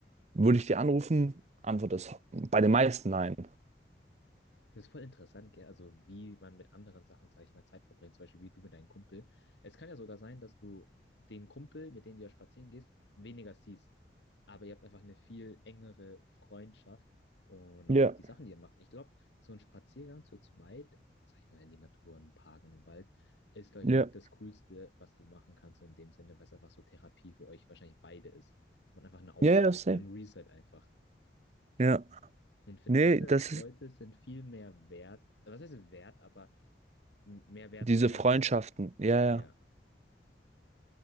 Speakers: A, on the right; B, on the left.
A: würde ich die anrufen? Antwort ist bei den meisten nein.
B: Das ist voll interessant, gell? Also wie man mit anderen Sachen, sag ich mal, Zeit verbringt, zum Beispiel wie du mit deinem Kumpel. Es kann ja sogar sein, dass du den Kumpel, mit dem du ja spazieren gehst, weniger siehst. Aber ihr habt einfach eine viel engere Freundschaft und
A: Ja,
B: auch die Sachen, die ihr macht. Ich glaube, so ein Spaziergang zu zweit, sag ich mal, in die Natur, in den Park, in den Wald, ist, glaube
A: ja,
B: ich, mit das Coolste, was du machen kannst, so in dem Sinne, weil es einfach so Therapie für euch wahrscheinlich beide ist. Und einfach eine Auszeit,
A: ja, ja, safe.
B: ein Reset einfach.
A: Ja,
B: Und ich finde,
A: nee,
B: diese
A: das ist
B: Leute sind viel mehr wert, was heißt wert, aber m- mehr wert
A: diese
B: zu schätzen.
A: Freundschaften. Ja,
B: Ja,
A: ja.